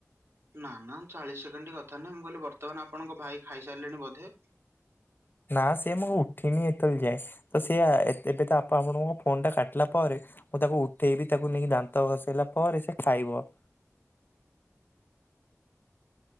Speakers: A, on the right; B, on the left.
A: ନା ନା ଚାଳିଶ ସେକେଣ୍ଡ କଥା ନାହିଁ ମୁଁ କହିଲି ବର୍ତ୍ତମାନ ଆପଣଙ୍କ ଭାଇ ଖାଇସାରିଲେଣି ବୋଧେ?
B: ନା ସିଏ ମୋ ଉଠିନି ଏତଳ ଯାଏ ତ ସିଏ ଏ ଏବେ ତ ଆପଣଙ୍କର ଫୋନ୍ ଟା କାଟିଲା ପରେ ମୁଁ ତାକୁ ଉଠେଇବି ତାକୁ ନେଇକି ଦାନ୍ତ ଘଷେଇଲା ପରେ ସେ ଖାଇବ।